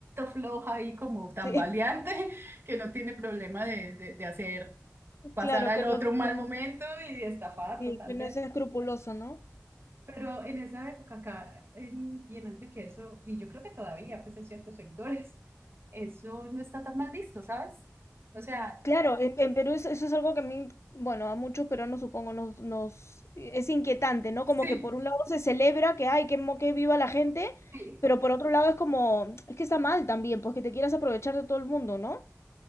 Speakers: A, on the right; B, on the left.
A: floja y como tambaleante,
B: sí.
A: <laughs> que no tiene problema de, de, de hacer
B: <laughs>
A: pasar
B: claro,
A: al
B: que no,
A: otro un mal
B: como-
A: momento y de estafarlo
B: sí,
A: tal
B: que no
A: vez.
B: es escrupuloso, ¿no?
A: Pero en esa época acá en- y en Antioquia eso, y yo creo que todavía, pues en ciertos sectores, eso no está tan mal visto, ¿sabes? O sea,
B: Claro, en, en Perú eso, eso es algo que a mí, bueno, a muchos peruanos supongo nos, nos es inquietante, ¿no? Como
A: sí.
B: que por un lado se celebra que ay, que, mo- que viva la gente,
A: Sí,
B: pero por otro lado es como, es que está mal también, pues que te quieras aprovechar de todo el mundo, ¿no?